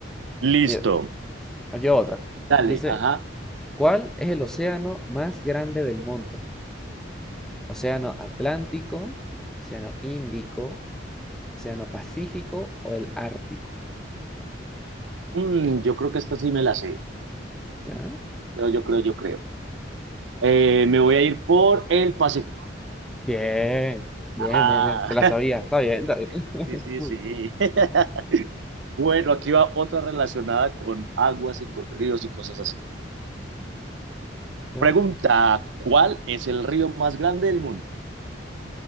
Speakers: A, on the right; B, in the centre.
A: Listo.
B: Mira, aquí va otra.
A: Dale,
B: Dice,
A: ajá.
B: ¿cuál es el océano más grande del mundo? ¿Océano Atlántico, Océano Índico, Océano Pacífico o el Ártico?
A: Mm, yo creo que esta sí me la sé.
B: ¿Ya?
A: Yo, yo creo, yo creo. Eh, me voy a ir por el Pacífico.
B: Bien, bien,
A: Ah,
B: bien, bien. Te la sabía. Está bien, está bien. <laughs>
A: <laughs> sí, sí,
B: Muy
A: sí. <laughs> Bueno, aquí va otra relacionada con aguas y con ríos y cosas así.
B: bien.
A: Pregunta,
B: ¿Ya?
A: ¿cuál es el río más grande del mundo?